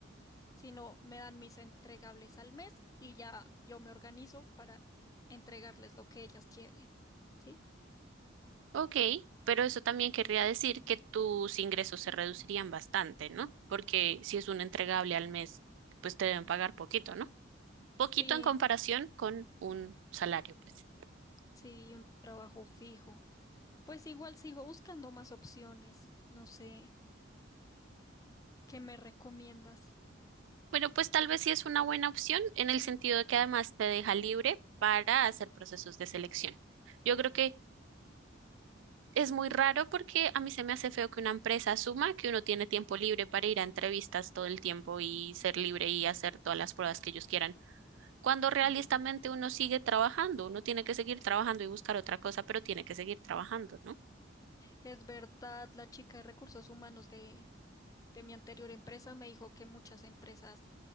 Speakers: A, on the left; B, on the right.
A: sino me dan mis entregables al mes y ya yo me organizo para entregarles lo que ellas quieren. ¿Sí?
B: Ok, pero eso también querría decir que tus ingresos se reducirían bastante, ¿no? Porque si es un entregable al mes, pues te deben pagar poquito, ¿no? Poquito
A: Sí,
B: en comparación con un salario, pues.
A: sí, un trabajo fijo. Pues igual sigo buscando más opciones. No sé, ¿qué me recomiendas?
B: Bueno, pues tal vez sí es una buena opción en el sentido de que además te deja libre para hacer procesos de selección. Yo creo que es muy raro porque a mí se me hace feo que una empresa asuma que uno tiene tiempo libre para ir a entrevistas todo el tiempo y ser libre y hacer todas las pruebas que ellos quieran, cuando realistamente
A: Mm.
B: uno sigue trabajando, uno tiene que seguir trabajando y buscar otra cosa, pero tiene que seguir trabajando, ¿no?
A: Es verdad, la chica de recursos humanos de, de mi anterior empresa me dijo que muchas empresas